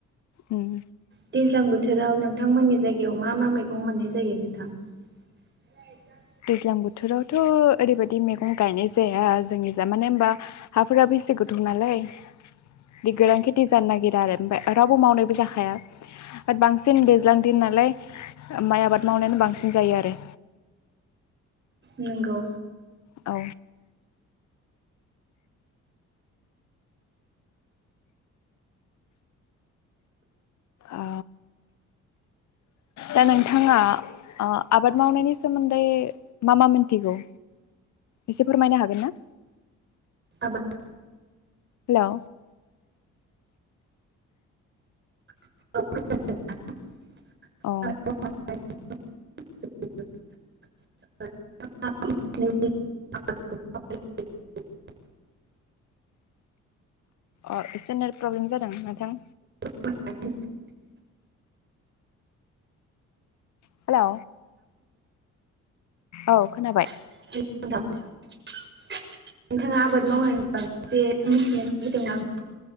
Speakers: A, on the left; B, on the right.
A: उम।
B: दैज्लां बोथोराव नोंथांमोननि जायगायाव मा मा मैगं मोननाय जायो नोंथां? <unintelligible>
A: ज्लां बोथोरावथ' ओरैबायदि मेगं गायनाय जाया जोंनि जा मानो होनबा हाफोराबो बेसे गोथाव नालाय दि गोरान खेथि जानो नागिरा आरो। ओमफाय रावबो मावनायबो जाखाया ओद बांसिन दैज्लां दिन नालाय ओ माइ आबाद मावनायानो बांसिन जायो आरो।
B: नोंगौ।
A: औ। ओ दा नोंथाङा ओ आबाद मावनायनि सोमोन्दै मा मा मिथिगौ एसे फोरमायनो हागोन ना?
B: आबाद
A: हेलौ
B: औ खोनादों ना?
A: औ।
B: <unintelligible>
A: अ' एसे नेट प्रब्लेम जादों ना? थां।
B: <unintelligible>
A: हेलौ औ खोनाबाय।
B: हेलौ नोंथां नोंथाङा आबाद मावनायनि बागै जे मिथिनो लुबैदों